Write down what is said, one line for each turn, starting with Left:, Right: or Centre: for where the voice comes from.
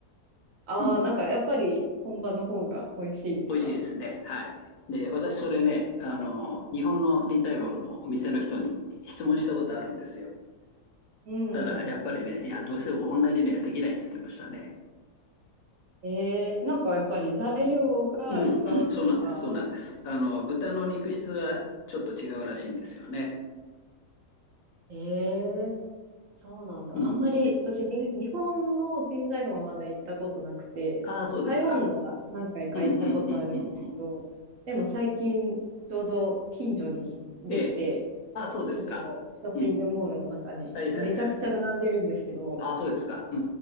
Right: ああー、
Left: うん。
Right: なんか、やっぱり、本場の方が美味しいですか
Left: 美味しいですね。はい。で、私それね、あの、日本のディータイフォンのお店の人に質問したことあるんですよ。
Right: うんうん。
Left: したら、やっぱりね、いや、どうしても同じにはできないって言ってましたね。
Right: ええなんか、やっぱり材料が違うとか、
Left: うんうん、そうなんです、そうなんです。あの、豚の肉質がちょっと違うらしいんですよね。
Right: ええそうなんだ。
Left: うん。
Right: あんまり、
Left: で
Right: 私、に、日本のティンダイフはまだ行ったことなくて、
Left: ああ、そうですか。
Right: 台湾のは何回か行ったことあるんですけど、
Left: うんうんうんうんうん。
Right: でも最近、ちょうど近所にできて、
Left: ええ。ああ、そうですか。
Right: 近所のショッピングモールの中にめちゃくちゃ並んでるんですけど、
Left: うん。はいはいはい。ああ、そうですか。う